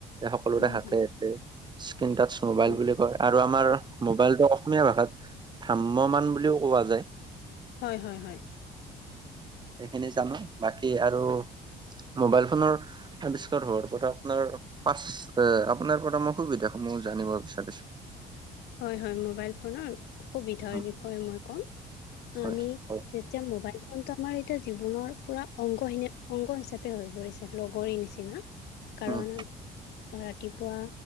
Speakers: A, on the right; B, on the left.
A: সকলোৰে
B: উম,
A: হাতে
B: হয়,
A: এতে স্কন টাচ মোবাইল
B: উম।
A: বুলি কয় আৰু আমাৰ মোবাইলটো অসমীয়া ভাষাত ভ্ৰাম্য মমান বুলিও কোৱা যায়।
B: হয়, হয়, হয়।
A: সেইখিনি জানো বাকী আৰু মোবাইল ফোনৰ হোৱাৰ পৰা আপোনাৰ পাচ আপোনাৰ পৰা মই সুবিধাস সমহ জানিব বিচাৰিছো।
B: হয়, হয় মবাইল ফোনৰ সুবিধাৰ
A: উম
B: বিষয়ে মই কম
A: হয়
B: আমি
A: হয়
B: যেতিয়া মোবাইল ফোন টো আমাৰ এতিয়া জীৱনৰ পুৰা অংগহনে অংগ হিচাপে হৈ পৰিছে। ত লগৰ নিচিনা। কাৰণ
A: উম
B: আ ৰাতিপুৱা